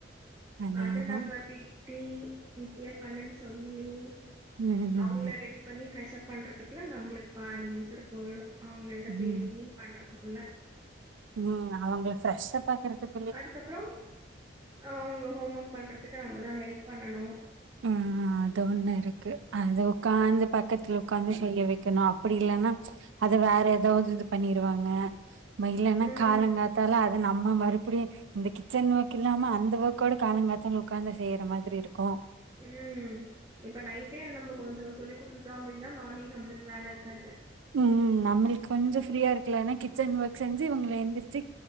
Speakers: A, on the right (about 85°); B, on the right (about 20°).
A: அதேதான்.
B: அது நம்ப தி ட்டி இப்பியே பண்ணுன் சொல்லி
A: ம். ம்.
B: அவங்கள ரெடி பண்ணி ஃப்ரெஷ் அப் பண்றதுக்குள்ள நம்பளுக் பாதி உசுரு போயிடு அவங்கள்ட்ட
A: ம்.
B: பேசி பண்றதுக்குள்ள
A: ம் அவங்கல ஃரெஷ்ப் ஆக்குறதுக்
B: அதுக்கப்பறோ அவங்க ஹோம் ஒர்க் பண்றதுக்கு நம்மதா ஹெல்ப் பண்ணனு
A: ஆ அது ஒண்ணு இருக்கு அது உக்காந்து பக்கத்துல உகாந்து செய்ய வெக்கணு அப்படி இல்லன்னா அத வேற எதாவது இது பண்ணிருவாங்க மயிஇலன்னா
B: ம்
A: காலங்காத்தால அது நம்ம மறுபடியு இந்த கிச்சன் ஒர்க் இல்லாம அந்த ஒர்க்கோட காலங்காத்தால உக்காந்து செய்யற மாதிரி இருக்கு
B: ம் இப்ப நைட்டே நம்ப கொஞ்சோ சொல்லி் குடுத்துட்டோ அப்படின்னா மார்னிங் நம்மளுக் வேல இருக்காது
A: ம் நம்மளுக் கொஞ்ச ஃப்ரீயா இருக்கலான்னா கிச்சன் ஒர்க் செஞ்சு இவங்கல எந்திரிச்சு